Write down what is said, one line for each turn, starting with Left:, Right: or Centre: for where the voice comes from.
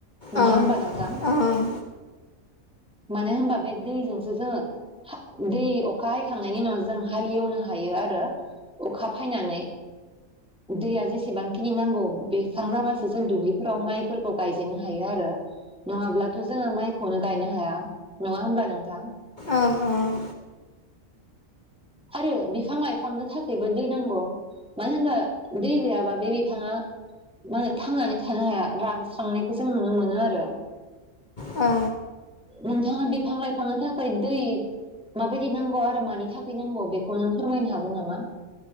Centre: नङा
Left: ओं
Centre: होमबा नोंथां
Left: ओं।
Centre: मानो होनबा बे दैजोंसो जोङो दै अखा हायखांनायनि उनाव जों हालेवनो हायो आरो अखा फायनानै दैया जेसेबांखिनि नांगौ बेरसां जाबासो जों दुब्लिफोराव माइफोरखौ गायजेनो हायो आरो नङाब्लाथ' जोङो माइखौनो गायनो हाया नङा होमबा नोंथां?
Left: ओं ओं।
Centre: आरो बिफां लाइफांनो थाखायबो दै नांगौ मानो होनबा दै गैयाबा बे बिफाङा मा थांनानै थानो हाया रानस्रांनायखौ जों नुनो मोनो आरो।
Left: औ।
Centre: नोंथाङा बिफां लाइफांनो थाखाय दै माबायदि नांगौ आरो मानि थाखाय नांगौ बेखौ नों फोरमायनो हागोन नामा?